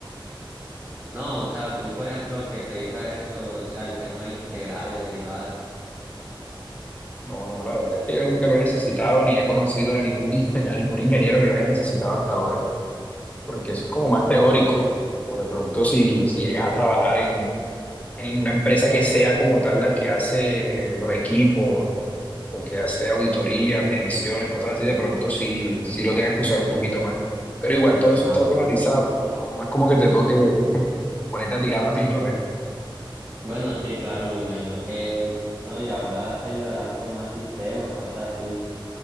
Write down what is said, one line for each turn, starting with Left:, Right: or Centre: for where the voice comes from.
Right: no, o sea, tú, por ejemplo, que te dedicas a eso, o sea, el tema de integrales, derivadas.
Left: No, no, la verdad es que yo nunca lo he necesitado ni he conocido a ningún, <laughs> a ningún ingeniero que lo haya necesitado hasta ahora, porque eso es como
Right: me-
Left: más teórico. O de pronto si, si llegas a trabajar en una empresa que sea como tal la que hace los equipos o que hace auditorías, mediciones, cosas así, de pronto sí, sí lo tengas que usar un poquito más. Pero igual todo eso
Right: ah,
Left: está automatizado, no, no es como que te toque ponerte a tirar lápiz y papel.
Right: bueno, sí, claro, me imagino que, no, y ahora se ayudarán con más sistemas, cosas así.